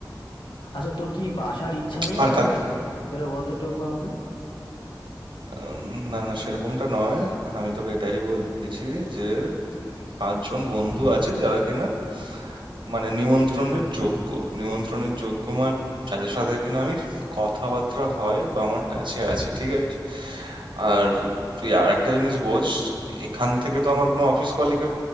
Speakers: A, on the left; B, on the right.
A: আচ্ছা তোর কি আসার ইচ্ছা নেই
B: আর
A: একদমই
B: কাকে
A: সেটা বলতো একটু একবার আমাকে
B: উম, না না সেরকমটা নয় আমি তোকে এটাই বলতেছি যে পাঁচজন বন্ধু আছে যারা কিনা মানে নিমন্ত্রণের যোগ্য নিমন্ত্রণের যোগ্য মানে যাদের সাথে কিনা আমি কথাবার্তা হয় বা আমার টাচে আছে ঠিক আছে আর তুই আর একটা জিনিস বোঝ এখান থেকে তো আমার কোনো অফিস কলিগের